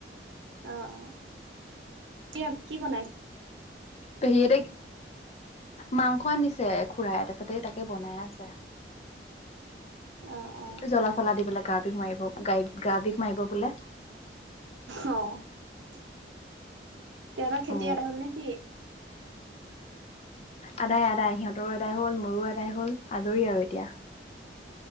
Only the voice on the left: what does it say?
পেহিহতে, মাংস আনিছে খুৰাই তাৰপাছতে তাকে বনাই আছে।
জ্বলা চলা দি পলাই গা বিষ মাৰিব গাই গা বিষ মাৰিব বোলে।
অ
আদায় আদায়। সিহঁতৰো আদায় হ'ল, মোৰো আদায় হ'ল, আজৰি আৰু এতিয়া।